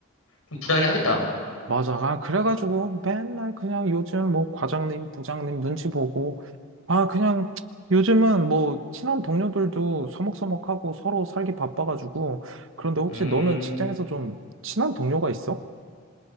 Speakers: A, on the left; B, on the right.
A: 좀 불안하긴 하겠다.
B: 맞아. 아, 그래가지고 맨날 그냥 요즘 뭐 과장님, 부장님 눈치 보고, 아, 그냥 요즘은 뭐 친한 동료들도 서먹서먹하고 서로 살기 바빠가지고, 그런데 혹시
A: 음,
B: 너는 직장에서 좀 친한 동료가 있어?